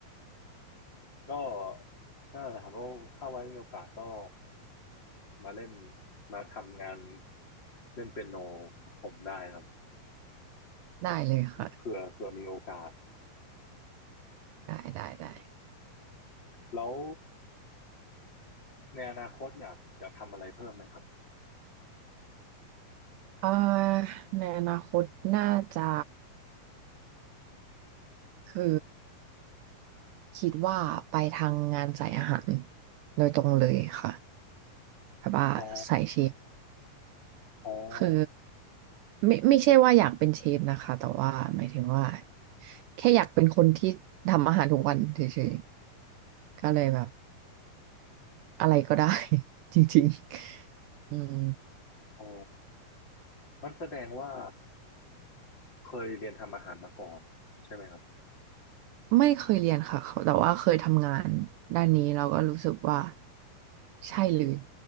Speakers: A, on the left; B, on the right.
A: ก็ก็นั่นแหละครับก็ถ้าไว้มีโอกาสก็ มาเล่นมาทำงานเล่นเปียโนกับผมได้ครับ
B: ได้เลยค่ะ
A: เผื่อเผื่อมีโอกาส
B: ได้ได้ได้
A: แล้วในอนาคตอยากอยากทำอะไรเพิ่มไหมครับ
B: เอ่อในอนาคตน่าจะคือคิดว่าไปทางงานสายอาหารโดยตรงเลยค่ะแบบว่าสายเชฟ
A: อ๋ออ๋อ
B: คือไม่ไม่ใช่ว่าอยากเป็นเชฟนะคะแต่ว่าหมายถึงว่าแค่อยากเป็นคนที่ทำอาหารทุกวันเฉยๆก็เลยแบบอะไรก็ได้ <laughs> จริงๆอืม
A: อ๋อมันแสดงว่าเคยเรียนทำอาหารมาก่อนใช่ไหมครับ
B: ไม่เคยเรียนค่ะเขาแต่ว่าเคยทำงานด้านนี้เราก็รู้สึกว่าใช่เลย